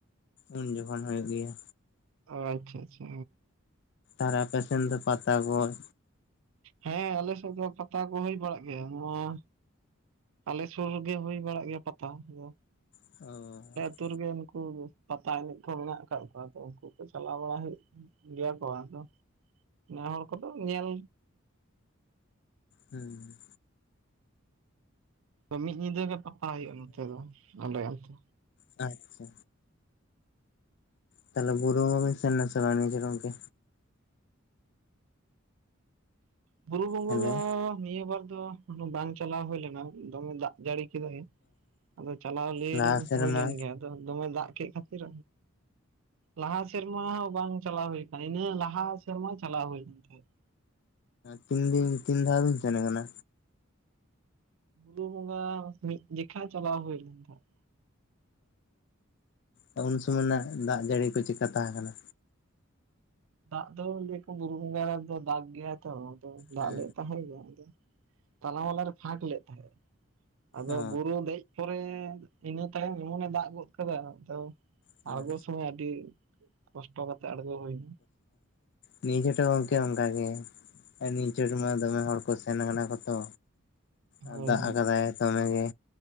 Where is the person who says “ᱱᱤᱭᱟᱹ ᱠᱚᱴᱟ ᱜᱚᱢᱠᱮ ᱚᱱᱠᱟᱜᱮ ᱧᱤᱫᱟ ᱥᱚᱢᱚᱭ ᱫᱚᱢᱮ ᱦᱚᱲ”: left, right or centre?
Left